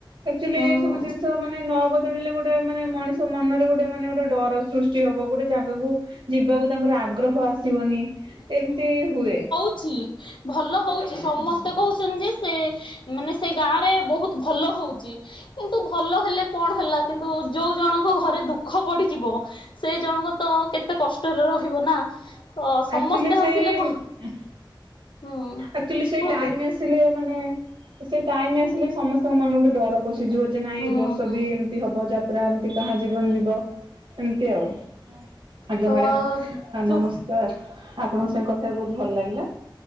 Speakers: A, on the right; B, on the left.
A: ଆକ୍ଚୁଆଲି
B: ହୁଁ
A: ଏଇ ସବୁ ଜିନିଷ ମାନେ ନ ବଦଳିଲେ ଗୋଟେ ମାନେ ମଣିଷ ମନରେ ଗୋଟେ ମାନେ ଗୋଟେ ଡର ସୃଷ୍ ଟି ହବ ଗୋଟେ ଜାଗାକୁ ଯିବାକୁ ତାଙ୍କର ଆଗ୍ରହ ଆସିବନି ଏମିତି ହୁଏ।
B: ଚି ଭଲ ହୋଉଛି ସମସ୍ତେ କହୁଛନ୍ତି ଯେ ସେ ମାନେ ସେ ଗାଁ ରେ ବୋହୁତ ଭଲ ହଉଛି। କିନ୍ତୁ ଭଲ ହେଲେ କଣ ହେଲା କିନ୍ତୁ ଯୋଉ ଜଣଙ୍କ ଘରେ ଦୁଃଖ ପଡ଼ିଯିବ। ସେ ଜଣଙ୍କ ତ କେତେ କଷ୍ଟରେ ରହିବ ନା। ତ ସମସ୍ତେ
A: ଆକ୍ଚୁଆଲି ସେ
B: ହସିଲେ କଣ
A: ଉଁ ହୁଃ।
B: ହୁଁ
A: ଆକ୍ଚୁଆଲି ସେଇ
B: କୁହନ୍ତୁ
A: ଟାଇମ ଆସ୍ ସିଲେ ମାନେ ସେ ଟାଇମ୍ ଆସିଲେ ସମସ୍ତଙ୍କ ମାନ ଗୋଟେ ଡର ପଶିଯିବ। ଯେ ନାଇଁ
B: ହୁଁ
A: ଏ ବର୍ଷ
B: ହୁଁ
A: ବି ଏମିତି ହବ ଯାତ୍ରା ଏମିତି କାହା ଜୀବନ ଯିବ ଏମିତି ଆଉ। ଆଜ୍ଞା
B: ତ
A: ମ୍ୟାଡାମ ଆ
B: ଯୋଉ
A: ନମସ୍କାର ଆପଣଙ୍କ ସାଙ୍ଗେ କଥା ହେଇ ବୋହୁତ ଭଲ ଲାଗିଲା।